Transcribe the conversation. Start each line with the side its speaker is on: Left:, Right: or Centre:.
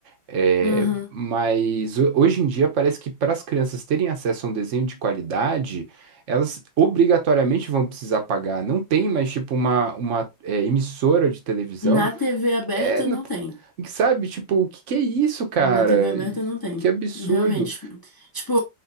Right: É,
Left: Aham.
Right: mas ho- hoje em dia parece que para as crianças terem acesso a um desenho de qualidade, elas obrigatoriamente vão precisar pagar. Não tem mais tipo uma, uma é, emissora de televisão.
Left: Na TV aberta
Right: É, não
Left: não
Right: t-
Left: tem.
Right: sabe, tipo, o que que é isso, cara?
Left: Na TV aberta não tem.
Right: Que absurdo.
Left: Realmente. Tipo,